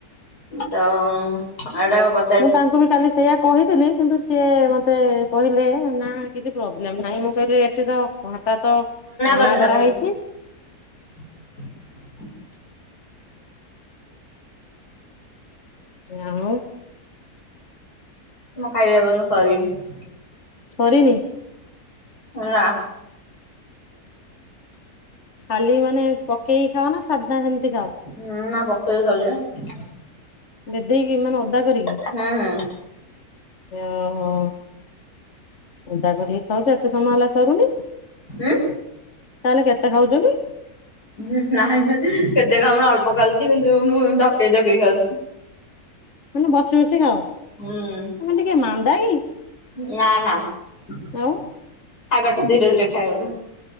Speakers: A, on the left (about 85°); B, on the left (about 50°).
A: ତ ଆର ବ
B: ମୁଁ ତାଙ୍କୁ ବି କାଲି ସେୟା କହିଥିଲି କିନ୍ତୁ ସେ ସିଏ ମତେ କହିଲେ ନା କିଛି ପ୍ରୋବ୍ଲେମ ନାହିଁ ମୁଁ କହିଲି ଏଠି ତ ଘଣ୍ଟା ତ ମନା
A: କରିଛନ୍ତି
B: କରାହେଇଛି।
A: ଆମକୁ। <unintelligible>
B: ନାଉ
A: ମୋ ଖାଇବା ଏପନ୍ତ ସରିନି।
B: ଛରିନି
A: ନା।
B: ଖାଲି ମାନେ ପକେଇକି ଖାଅ ନା ସାଧା ସେମିତି ଖାଅ?
A: ହୁଁ ନା ପକେଇକି ଖାଉଚି ନା।
B: ବେଦେଇକି ମାନେ ଅଦା କରିକି।
A: ହୁଁ ହୁଁ
B: ଇଓହୋ ଓଦା କରିକି ଖାଉଛ ଏତେ ସମୟ ହେଲା ସରୁନି।
A: ଉଁ
B: ତାହେଲେ କେତେ ଖାଉଚ କି?
A: ହୁଁ ନାଇଁ କେତେ ଖାଉନି ଅଳ୍ପ ଖାଉଛି କିନ୍ତୁ ମୁଁ ଧକେଇ ଧକେଇ ଖାଉଚି।
B: ମାନେ ବସି ବସି ଖାଅ।
A: ହୁଁ
B: ତମେ ଟିକେ ମାନ୍ଦା କି
A: ନା ନା। ଖାଇବାଟା
B: ଆଉ।
A: ଧୀରେ ଧୀରେ ଖାଇବା କଥା।